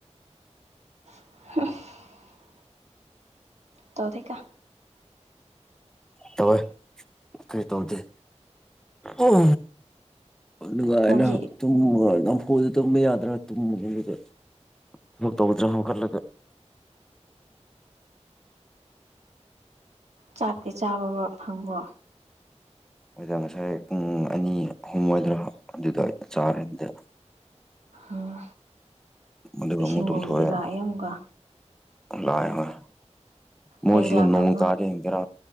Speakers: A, on the right (about 70°); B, in the centre.
A: ꯍꯐ ꯇꯧꯀ
B: ꯇꯋ ꯀꯩ ꯇꯧꯗ ꯑꯣ ꯑꯗꯨꯒꯥꯏꯅ
A: ꯃꯣꯏꯒꯤ
B: ꯇꯨꯝ ꯌꯥꯝ ꯀꯣꯏꯗ ꯇꯨꯝꯕ ꯌꯥꯗ꯭ꯔꯥ ꯇꯨꯝꯕꯒꯨꯝꯕꯗ ꯊꯕꯛ ꯇꯧꯗ꯭ꯔꯥ ꯍꯥꯀꯠꯂꯒ
A: ꯆꯥꯛꯇꯤ ꯆꯥꯕꯕ ꯐꯪꯕ
B: ꯃꯣꯏꯗ ꯉꯁꯥꯏ ꯄꯨꯡ ꯑꯅꯤ ꯑꯍꯨꯝ ꯑꯣꯏꯣꯏꯗ꯭ꯔꯥ ꯑꯗꯨꯗ ꯆꯥꯔꯦ ꯑꯗꯨꯗ
A: ꯎꯝ
B: ꯑꯗꯨꯒ
A: ꯏꯁꯤꯡꯒꯨꯝꯕꯗꯤ
B: ꯑꯃꯨꯛ ꯇꯨꯝꯊꯣꯛꯑꯦ
A: ꯂꯥꯛꯑꯦ ꯑꯃꯨꯛꯀ
B: ꯂꯥꯛꯑꯦ ꯍꯣꯏ ꯃꯣꯏꯁꯤꯗ
A: ꯀꯩ ꯂꯥꯛꯇꯕꯅꯣ
B: ꯅꯣꯡ ꯇꯥꯔ ꯌꯦꯡꯒꯦꯔꯥ